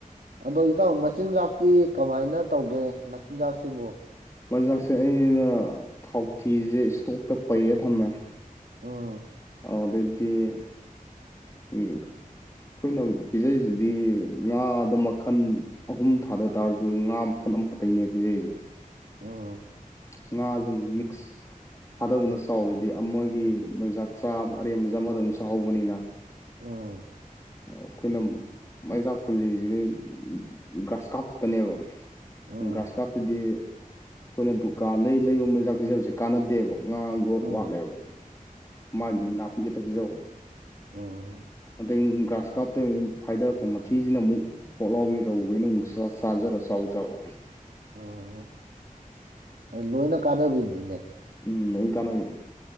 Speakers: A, on the right (about 80°); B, on the left (about 20°).
A: ꯑꯗꯣ ꯏꯇꯥꯎ ꯃꯆꯤꯟꯖꯥꯛꯇꯤ ꯀꯃꯥꯏꯅ ꯇꯧꯒꯦ ꯃꯆꯤꯟꯖꯥꯛꯁꯤꯕꯨ
B: ꯃꯖꯥꯛꯁꯦ ꯑꯩꯅ ꯊꯥꯎꯊꯤꯁꯦ ꯏꯁꯇꯣꯛꯇ ꯄꯩꯔ ꯊꯝꯃꯦ
A: ꯎꯝ
B: ꯑꯃꯗꯗꯤ ꯑꯩꯈꯣꯏꯅ ꯄꯤꯖꯔꯤꯁꯤꯗꯤ ꯉꯥꯗ ꯃꯈꯜ ꯑꯍꯨꯝ ꯊꯥꯗ ꯇꯥꯔꯁꯨ ꯉꯥ ꯃꯈꯜ ꯑꯃꯛ ꯇꯩꯅ ꯄꯤꯖꯁꯦ
A: ꯎꯝ
B: ꯉꯥꯖ ꯃꯤꯛꯁ ꯊꯥꯗꯧꯅ ꯁꯥꯎꯋꯤꯗꯤ ꯑꯃꯒꯤ ꯃꯩꯖꯥꯛ ꯆꯥꯕ ꯑꯔꯦꯝꯕ ꯖꯦ ꯑꯃꯗ ꯃꯨꯛ ꯆꯥꯍꯧꯕꯅꯤꯅ
A: ꯎꯝ
B: ꯑꯩꯈꯣꯏꯅ ꯃꯩꯖꯥꯛ ꯍꯨꯜꯂꯤꯁꯤꯗꯤ ꯒ꯭ꯔꯥꯁ ꯀꯥꯞ ꯈꯛꯇꯅꯦꯕ
A: ꯎꯝ
B: ꯒ꯭ꯔꯥꯁ ꯀꯥꯞꯇꯨꯗꯤ ꯑꯩꯈꯣꯏꯅ ꯗꯨꯀꯥꯟꯗꯩ ꯂꯩꯕ ꯃꯆꯤꯠꯖꯥꯛ ꯄꯤꯖꯕꯁꯦ ꯀꯥꯟꯅꯗꯦꯕ ꯉꯥ ꯒ꯭ꯔꯣꯠ
A: ꯎꯝ
B: ꯋꯥꯠꯂꯦꯕ ꯃꯥꯗꯤ ꯅꯥꯄꯤ ꯈꯛꯇ ꯄꯤꯖꯧ
A: ꯑꯥ
B: ꯑꯗꯩ ꯒ꯭ꯔꯥꯁ ꯀꯥꯞꯇꯩ ꯑꯃꯨꯛ ꯐꯥꯏꯗꯔꯛꯄ ꯃꯊꯤꯁꯤꯅ ꯑꯃꯨꯛ ꯄꯣꯛꯂꯥꯎꯕꯤ ꯔꯧ ꯍꯣꯢꯅ ꯑꯃꯨꯛ ꯆꯥ ꯆꯥꯖꯔ ꯆꯥꯎꯖꯕ
A: ꯑꯣ ꯑꯗꯨ ꯂꯣꯏꯅ ꯀꯥꯟꯅꯕꯤꯅꯤꯅꯦ
B: ꯎꯝ ꯂꫭꯏꯟ ꯀꯥꯟꯅꯕꯤ